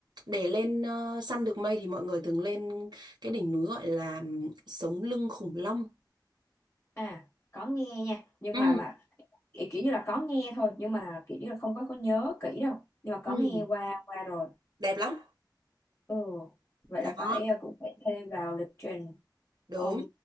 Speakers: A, on the right (about 60°); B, on the left (about 25°).
A: để lên ờ, săn được mây thì mọi người thường lên cái đỉnh núi gọi là ừ, Sống Lưng Khủng Long.
B: à có nghe nha nhưng
A: Ừ,
B: mà mà kiểu, kiểu như là có nghe thôi nhưng mà kiểu như là không có có nhớ kỹ đâu nhưng mà có
A: ừ,
B: nghe qua qua rồi
A: đẹp lắm.
B: ừ vậy
A: Đó,
B: là phải à, cũng phải thêm vào lịch trình
A: đúng.
B: Ừm,